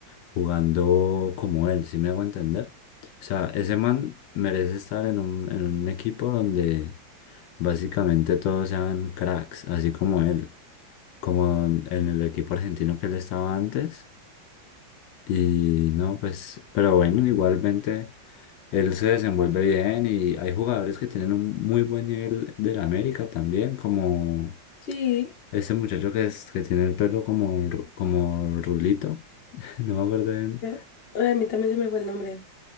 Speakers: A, on the left; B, on the left.
A: jugando como él, si me hago entender? O sea, ese man merece estar en un, en un equipo donde básicamente todos sean cracks, así como él, como en el equipo argentino que él estaba antes. Y no, pues, pero bueno, igualmente él se desenvuelve bien y hay jugadores que tienen un muy buen nivel del América también, como
B: Sí,
A: ese muchacho que, es, que tiene el pelo como, ru- como rulito, <laughs> no me acuerdo bien
B: eh, a mí también se me fue el nombre.